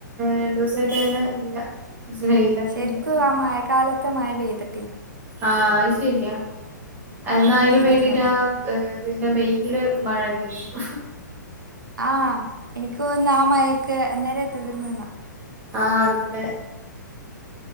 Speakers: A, on the right; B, on the right.
A: രണ്ട് ദിവസമായിട്ട് അങ്ങനെ ഇല്ല കുറച്ച് വെയിലൊക്കെ
B: ശരിക്ക്
A: ഉണ്ട്
B: ആ മയക്കാലത്ത് ത്തെ മഴ പൈതി
A: ആഹ് അത് ശെരിയാ എന്നാ
B: അതൊന്നും
A: അതിന്
B: എഴുതിട്ടില്ലല്ലോ
A: വേണ്ടിട്ടാ പിന്നെ മെയില് മഴ എന്തായിരുന്നു
B: ആഹ് എനിക്ക്ന്നാ മഴൊക്കെ നേരെ തീർന്നുന്നാ
A: ആഹ് അതെ